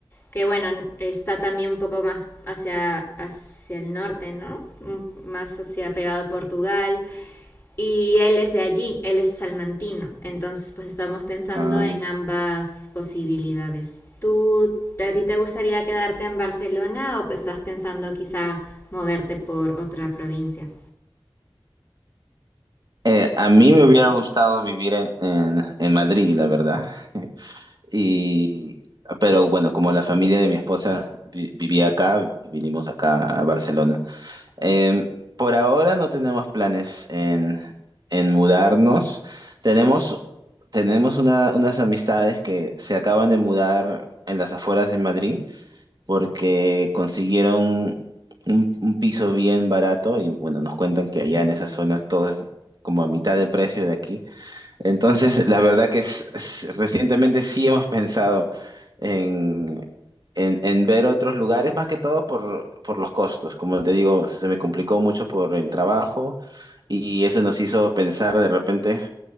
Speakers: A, on the left (about 25°); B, on the right (about 50°).
A: que bueno, está también un poco más hacia, hacia el norte, ¿no? M- Más hacia pegado a Portugal. Y él es de allí, él es salmantino. Entonces, pues estamos pensando
B: Ah.
A: en ambas posibilidades. ¿Tú, a ti te gustaría quedarte en Barcelona o estás pensando quizá moverte por otra provincia?
B: Eh, a mí me hubiera gustado vivir en, en, en Madrid, la verdad. <laughs> Y, pero bueno, como la familia de mi esposa vi- vivía acá, vinimos acá a Barcelona. Em, por ahora no tenemos planes en, en mudarnos. Tenemos, tenemos una- unas amistades que se acaban de mudar en las afueras de Madrid porque consiguieron un, un piso bien barato y bueno, nos cuentan que allá en esa zona todo es como a mitad de precio de aquí. Entonces, la verdad que es- es- recientemente sí hemos pensado en, en- en ver otros lugares, más que todo por, por los costos. Como te digo, se me complicó mucho por el trabajo y eso nos hizo pensar de repente,